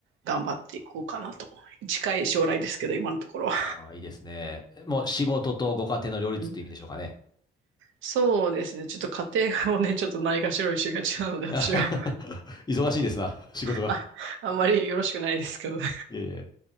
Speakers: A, on the right; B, on the left.
A: 頑張っていこうかなと。近い将来ですけど、今のところは。
B: ああ、いいですね。もう仕事とご家庭の両立って意味でしょうかね。
A: うんそうですね。ちょっと家庭をね、ちょっとないがしろにしがちなので、私は、
B: <laughs> 忙しいんですな、仕事が。
A: あ、あんまりよろしくないですけどね。
B: いえいえ。